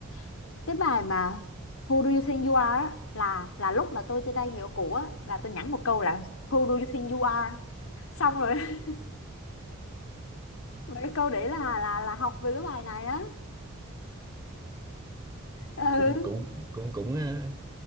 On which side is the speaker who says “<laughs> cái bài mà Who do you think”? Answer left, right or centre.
Left